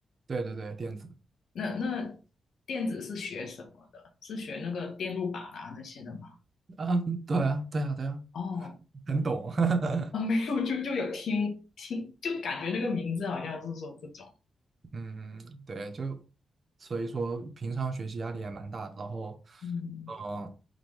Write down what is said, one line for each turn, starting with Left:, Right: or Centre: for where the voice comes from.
Right: 对对对，电子
Left: 那那电子是学什么的？是学那个电路板啊那些的吗？
Right: 啊，对啊，对啊，对啊，
Left: 哦
Right: 很懂。<laughs>
Left: <laughs> 啊，没有，就就有听听，就感觉那个名字好像是说这种，
Right: 嗯，嗯对，就所以说平常学习压力也蛮大的然后，
Left: 嗯
Right: 嗯、